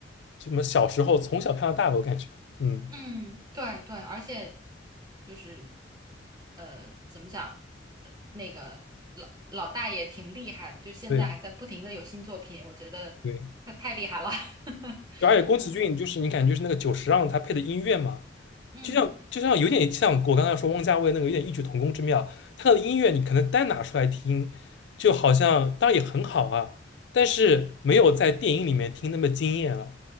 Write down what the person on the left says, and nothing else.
什么小时候从小看到大的，我感觉，嗯，
对
对，
就而且宫崎骏就是你感觉就是那个久石让他配的音乐嘛。
就像就像有点像我刚才说汪家卫那个有点异曲同工之妙，他的音乐你可能单拿出来听，就好像当然也很好啊，但是没有在电影里面听那么惊艳了。